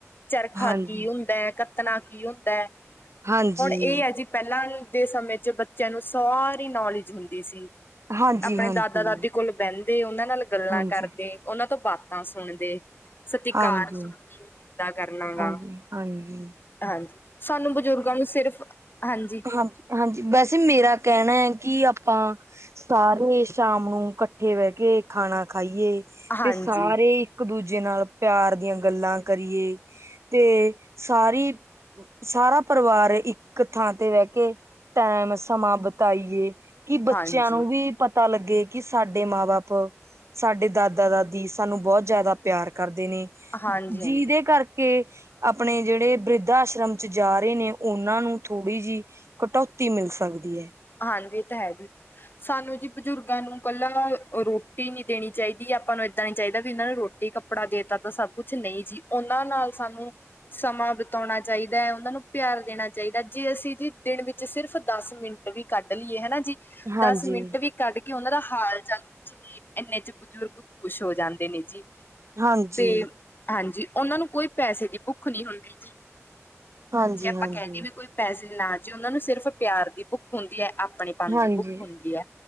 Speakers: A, on the left (about 40°); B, on the right (about 65°).
A: ਚਰਖਾ
B: ਹਾਂਜੀ,
A: ਕੀ ਹੁੰਦਾ ਆ ਕ ਕੱਤਣਾ ਕੀ ਹੁੰਦਾ ਆ।
B: ਹਾਂਜੀ,
A: ਹੁਣ ਏ ਆ ਜੀ। ਪਹਿਲਾਂ ਦੇ ਸਮੇਂ 'ਚ ਬੱਚਿਆਂ ਨੂੰ ਸਾਰੀ ਨੌਲੇਜ ਹੁੰਦੀ ਸੀ।
B: ਹਾਂਜੀ,
A: ਆਪਣੇ
B: ਹਾਂਜੀ।
A: ਦਾਦਾ-ਦਾਦੀ ਕੋਲ। ਬਹਿੰਦੇ ਉਨਾਂ ਨਾਲ ਗੱਲਾਂ
B: ਹਾਂਜੀ,
A: ਕਰਦੇ, ਉਨਾਂ ਤੋਂ ਬਾਤਾਂ ਸੁਣਦੇ, ਸਤਿਕਾਰ
B: ਹਾਂਜੀ,
A: ਵੀ ਕਿੱਦਾਂ ਕਰਨਾ ਗਾ
B: ਹਾਂਜੀ, ਹਾਂਜੀ।
A: ਹਾਂਜੀ, ਸਾਨੂੰ ਬਜ਼ੁਰਗਾਂ ਨੂੰ ਸਿਰਫ ਹਾਂਜੀ
B: ਹਾਂ-ਹਾਂਜੀ ਵੈਸੇ ਮੇਰਾ ਕਹਿਣਾ ਆ ਕਿ ਆਪਾਂ ਘਰ ਹੀ ਸਾਰੇ ਸ਼ਾਮ ਨੂੰ ਕਠੇ ਬਹਿ ਕੇ ਖਾਣਾ ਖਾਈਏ
A: ਹਾਂਜੀ
B: ਤੇ ਸਾਰੇ ਹੀ ਇਕ-ਦੂਜੇ ਨਾਲ ਪਿਆਰ ਦੀਆ ਗੱਲਾਂ ਕਰੀਏ ਤੇ ਸਾਰੀ ਸਾਰਾ ਪਰਿਵਾਰ ਇਕ ਥਾਂ ਤੇ ਬੈ ਕੇ ਟੈਮ ਸਮਾਂ ਬਿਤਾਈਏ ਕਿ ਬੱਚੇਆਂ
A: ਹਾਂਜੀ
B: ਨੂੰ ਵੀ ਪਤਾ ਲਗੇ ਕਿ ਸਾਡੇ ਮਾਂ-ਬਾਪ ਸਾਡੇ ਦਾਦਾ-ਦਾਦੀ ਸਾਨੂੰ ਬੋਤ ਜਿਆਦਾ ਪਿਆਰ ਕਰਦੇ ਨੇ
A: ਹਾਂਜੀ ਹਾਂਜੀ
B: ਜਿਦੇ ਕਰਕੇ ਆਪਣੇ ਜੇੜੇ ਵਰਧਾ ਆਸ਼ਰਮ 'ਚ ਜਾ ਰਹੇ ਨੇ ਉਨਾ ਨੂੰ ਥੋੜੀ ਜੀ ਕਟੋਤੀ ਮਿਲ ਸਕਦੀ ਆ।
A: ਹਾਂਜੀ ਇਹ ਤਾਂ ਹੈ। ਜੀ ਸਾਨੂੰ ਜੀ ਬਜ਼ੁਰਗਾਂ ਨੂੰ ਕੱਲਾ ਰੋਟੀ ਨੀ ਦੇਣੀ ਚਾਹੀਦੀ ਆਪਾ ਨੂੰ ਇਦਾ ਨੀ ਚਾਹੀਦਾ ਵੀ ਇਨਾ ਨੂੰ ਰੋਟੀ। ਕੱਪੜਾ ਦੇਤਾ ਤਾਂ ਸਭ ਕੁਛ ਨਈ ਜੀ ਉਹਨਾ ਨਾਲ ਸਾਨੂੰ ਸਮਾਂ ਬਿਤਾਉਣਾ ਚਾਹੀਦਾ ਐ ਉਹਨਾ ਨੂੰ ਪਿਆਰ ਦੇਣਾ ਚਾਹੀਦਾ ਜੇ ਅਸੀ ਜੀ ਦਿਨ ਵਿਚ ਸਿਰਫ ਦਸ ਮਿੰਟ ਵੀ ਕਢ ਲਈਏ ਹਨਾ ਜੀ,
B: ਹਾਂਜੀ।
A: ਦਸ ਮਿੰਟ ਵੀ ਕਢ ਕੇ ਉਹਨਾ ਦਾ ਹਾਲ ਚਾਲ ਪੁੱਛ ਲਈਏ, ਇਨੇ 'ਚ ਬਜ਼ੁਰਗ ਖੁਸ਼ ਹੋ ਜਾਦੇ ਨੇ ਜੀ।
B: ਹਾਂਜੀ,
A: ਤੇ ਹਾਂਜੀ ਉਹਨਾ ਨੂੰ ਕੋਈ ਪੈਸੇ ਦੀ ਭੁੱਖ ਨੀ ਹੁੰਦੀ ਜੀ
B: ਹਾਂਜੀ,
A: ਜੇ ਆਪਾ
B: ਹਾਂਜੀ,
A: ਕਹਿ ਦਵੇ ਕੋਈ ਪੈਸੇ ਨਾ ਜੇ ਉਹਨਾ ਨੂੰ ਸਿਰਫ਼ ਪਿਆਰ ਦੀ ਭੁੱਖ ਹੁੰਦੀ ਐ ਆਪਣੇ ਪਨ
B: ਹਾਂਜੀ,
A: ਦੀ ਭੁੱਖ ਹੁੰਦੀ ਐ।